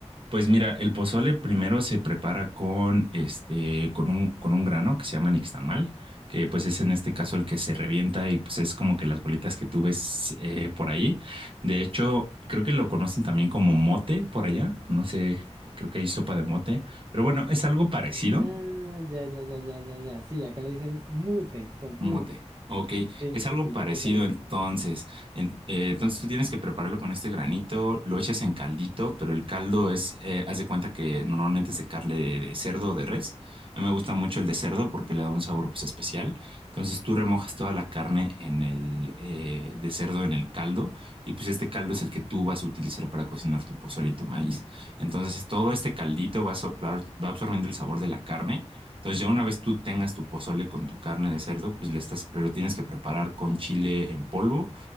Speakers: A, on the right; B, on the right.
A: Pues mira, el pozole primero se prepara con este, con un, con un grano que se llama nixtamal, que pues es en este caso el que se revienta y pues es como que las bolitas que tú ves eh, por ahí. De hecho, creo que lo conocen también como mote por allá, no sé, creo que hay sopa de mote, pero bueno, es algo parecido.
B: Ah, ya, ya, ya, ya, ya, ya, sí, acá le dicen mute con
A: Mute.
B: U.
A: Ok,
B: Sí,
A: es
B: sí,
A: algo
B: sí,
A: parecido
B: ya sé cuál es.
A: entonces. En- eh, entonces tú tienes que prepararlo con este granito, lo echas en caldito, pero el caldo es, eh, haz de cuenta que normalmente es de carne de, de cerdo o de res. A mí me gusta mucho el de cerdo porque le da un sabor pues especial. Entonces tú remojas toda la carne en el eh, de cerdo en el caldo y pues este caldo es el que tú vas a utilizar para cocinar tu pozole y tu maíz. Entonces todo este caldito va, a so- va va absorbiendo el sabor de la carne entonces, ya una vez tú tengas tu pozole con tu carne de cerdo, pues le estás, pero lo tienes que preparar con chile en polvo,